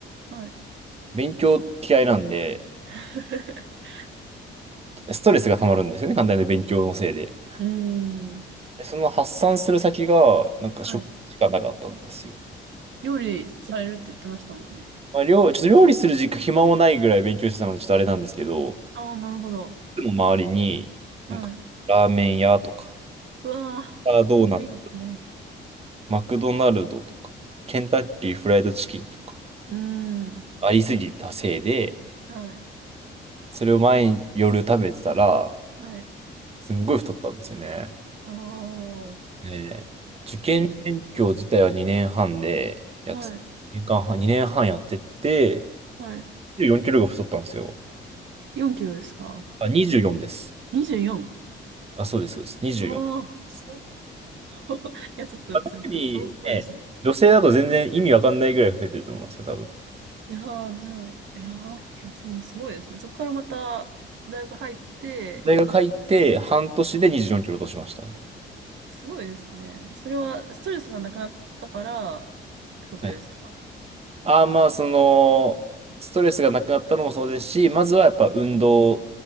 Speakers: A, on the right (about 70°); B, on the right (about 30°).
A: はい。
B: 勉強嫌いなんで、
A: <laughs>
B: ストレスが溜まるんですよね、簡単に勉強のせいで。
A: うーん。
B: でその発散する先が、なんか食しかなかったんですよ。
A: はい。料理されるって言ってましたもんね。
B: まあ、料、ちょっと料理する時間暇もないぐらい勉強してたので、ちょっとあれなんですけど、
A: ああ、なるほど。
B: 僕の周りに、
A: はい。
B: なんか、ラーメン屋とか、
A: うわあ、
B: ドーナツ
A: まあいいですね。
B: マクドナルドとか、ケンタッキーフライドチキンとか、
A: うーん。
B: ありすぎたせいで、
A: はい。
B: それを毎夜食べてたら、
A: はい。
B: すんごい太ったんですよね。
A: ああ。
B: で、受験勉強自体は2年半で、
A: え、
B: やつ、
A: はい。
B: 年間半、2年半やってって、
A: はい。
B: 24キロが太ったんですよ。
A: 4キロですか
B: あ、24です。
A: ?24? うよん
B: あ、そうです、そうです。24。
A: うわあ、相当。<laughs> いや、ちょっと、
B: まあ、特にね、
A: そうですね。相当ですね。
B: 女性だと全然意味わかんないぐらい増えてると思うんですよ、多分。
A: いやー、じゃあ、いやー、いや、でもすごいですね。そこからまた、大学入って、
B: 大学入って半年で24キロ落としましたね。
A: すごいですね。それはストレスがなくなったからってことですか
B: はいああ、まあ、その、ストレスがなくなったのもそうですし、まずはやっぱ運動、